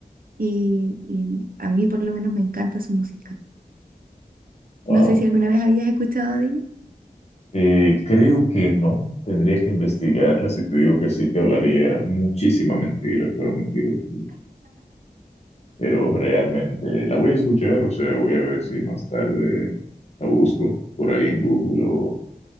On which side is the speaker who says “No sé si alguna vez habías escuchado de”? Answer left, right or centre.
Right